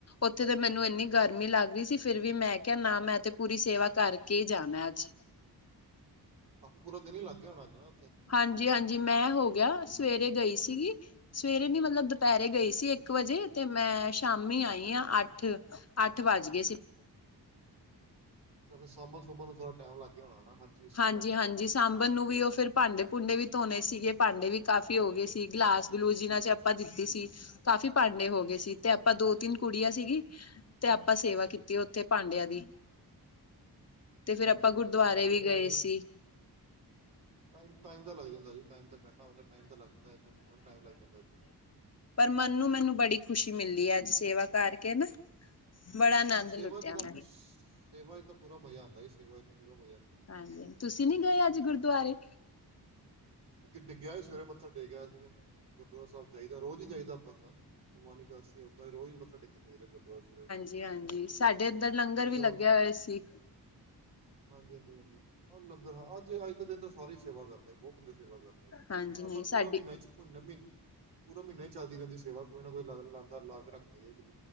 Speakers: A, on the left; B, on the right.
A: ਉੱਥੇ ਤੇ ਮੈਨੂੰ ਇੰਨੀ ਗਰਮੀ ਲੱਗ ਰਹੀ ਸੀ ਫਿਰ ਵੀ ਮੈਂ ਕਿਹਾ ਨਾ ਮੈਂ ਤੇ ਪੂਰੀ ਸੇਵਾ ਕਰਕੇ ਹੀ ਜਾਣਾ ਅੱਜ
B: ਅੱਜ ਤਾਂ ਪੂਰਾ ਦਿਨ ਹੀ ਲੱਗ ਗਿਆ ਹੋਣਾ ਉੱਥੇ
A: ਹਾਂਜੀ- ਹਾਂਜੀ ਮੈਂ ਹੋ ਗਿਆ ਸਵੇਰੇ ਗਈ ਸੀਗੀ ਸਵੇਰੇ ਨੀ ਮਤਲਬ ਦੁਪਹਿਰੇ ਗਈ ਸੀ ਇੱਕ ਵਜੇ ਤੇ ਮੈਂ ਸ਼ਾਮੀ ਆਈ ਆਂ ਅੱਠ ਅੱਠ ਵੱਜ ਗਏ ਸੀ।
B: ਅੱਛਾ ਫਿਰ ਸਾਂ ਸੁਭਣ ਨੂੰ ਸਾਰਾ ਟਾਈਮ ਲੱਗਣਾ, ਨਾ ਹਰ ਚੀਜ਼ ਸਾਂਭ
A: ਹਾਂਜੀ-ਹਾਂਜੀ
B: ਸੰਭਾਲਣ ਨੂੰ
A: ਸਾਂਬਣ
B: ਟਾਈਮ ਲੱਗ
A: ਨੂੰ
B: ਜਾਣੀ।
A: ਵੀ ਉਹ ਫਿਰ ਭਾਂਡੇ ਭੂੰਡੇ ਵੀ ਧੋਣੇ ਸੀਗੇ, ਭਾਂਡੇ ਵੀ ਕਾਫੀ ਹੋ ਗਏ ਸੀ ਗਲਾਸ ਗਲੂਸ ਜਿਨਾਂ ਚ ਆਪਾਂ ਦਿੱਤੀ ਸੀ। ਕਾਫੀ ਭਾਂਡੇ ਹੋ ਗਏ ਸੀ, ਤੇ ਆਪਾਂ ਦੋ ਤਿੰਨ ਕੁੜੀਆਂ ਸੀਗੀ। ਤੇ ਆਪਾਂ ਸੇਵਾ ਕੀਤੀ ਉੱਥੇ ਪਾਂਡਿਆਂ ਦੀ, ਤੇ
B: ਇਹ
A: ਫਿਰ
B: ਨ
A: ਆਪਾਂ
B: ਚਲੋ
A: ਗੁਰਦੁਆਰੇ
B: ਵਧੀਆ ਹੋ ਗਿਆ, ਫੇਰ
A: ਗਏ
B: ਵੀ,
A: ਸੀ
B: ਟਮ ਟਾਈਮ ਦਾ ਲੱਗ ਜਾਂਦਾ ਜੀ, ਟਾਈਮ ਤਾਂ ਕੱਢਨਾ ਹੁੰਦਾ ਟਾਈਮ ਤਾਂ ਲੱਗਦਾ, ਇਹਨਾਂ ਚੀਜਾਂ ਨੂੰ ਟਾਈਮ ਲੱਗ ਜਾਂਦਾ ਜੀ।
A: ਪਰ ਮਨੂੰ-ਮੈਨੂੰ ਬੜੀ ਖ਼ੁਸ਼ੀ ਮਿਲਲੀ ਹੈ ਅੱਜ, ਸੇਵਾ ਕਰਕੇ ਨਾ। ਬੜਾ ਆਨੰਦ
B: ਇਹ ਸੇਵਾ
A: ਲੁੱਟਿਆ
B: ਚ ਤਾਂ
A: ਮੈਂ,
B: ਸੇਵਾ ਚ ਤਾਂ ਪੂਰਾ ਮਜ਼ਾ ਆਉਦਾ ਹੀ ਸੇਵਾ ਤਾਂ ਪੂਰਾ ਮਜ਼ਾ ਹੈ।
A: ਹਾਂਜੀ, ਤੁਸੀਂ ਨੀ ਗਏ ਅੱਜ ਗੁਰਦੁਆਰੇ
B: ਡਿੱਗਿਆ ਹੀ ਸਵੇਰੇ ਮੱਥਾ ਟੇਕਿਆ ਸੀਗਾ ਗੁਰਦੁਆਰਾ ਸਾਹਿਬ ਜਾਈਦਾ ਰੋਜ਼ ਹੀ ਜਾਈਦਾ ਅੰਬਲ ਤਾਂ ਅਨੁਮਾਨੀ ਇਕਾਦਸੀ ਉਦਾਂ ਵੀ ਰੋਜ਼ ਮੱਥ ਟੇਕਣ ਜਾਈਦਾ ਗੁਰਦੁਆਰਾ ਸਵੇਰੇ
A: ਜੀ ਹਾਂਜੀ, ਸਾਡੇ ਇੱਧਰ ਲੰਗਰ
B: ਜੋ
A: ਵੀ ਲੱਗਿਆ ਹੋਏ ਸੀ।
B: ਹਾਂਜੀ-ਹਾਂਜੀ-ਹਾਂਜੀ, ਹਾਂ ਲੰਗਰਾਂ ਅੱਜ-ਅੱਜ ਦੇ ਦਿਨ ਤਾਂ ਸਾਰੀ ਹੀ ਸੇਵਾ ਕਰ। ਬਹੁਤ ਬੰਦੇ ਸੇਵਾ ਕਰਦੇ
A: ਹਾਂਜੀ,
B: ਆ,
A: ਨਹੀਂ
B: ਪਰ ਪੂਰਾ
A: ਸਾਡੀ
B: ਮਹੀਨਾ ਚ ਮਹੀਨਾ-ਮਹੀਨਾ ਪੂਰਾ ਮਹੀਨਾ ਹੀ ਚੱਲਦੀ ਰਹਿੰਦੀ ਸੇਵਾ, ਕੋਈ ਨਾ ਕੋਈ ਲਾਂਦਾ ਲਾ ਕੇ ਰੱਖਦਾ ਹੀ ਹੈ ਛੱ